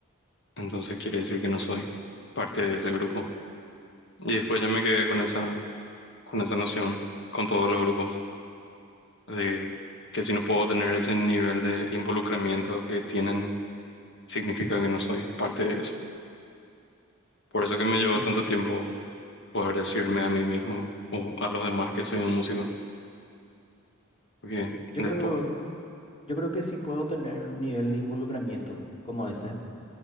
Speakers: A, on the left (about 60°); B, on the left (about 30°).
A: entonces quiere decir que no soy parte de ese grupo. Y después ya me quedé con esa, con esa noción, con todos los grupos, de que si no puedo tener ese nivel de involucramiento que tienen, significa que no soy parte de eso. Por eso que me llevó
B: Mm.
A: tanto tiempo poder decirme a mí mismo o a los demás que soy un músico, porque
B: Yo
A: después
B: creo, yo creo que sí puedo tener un nivel de involucramiento como ese,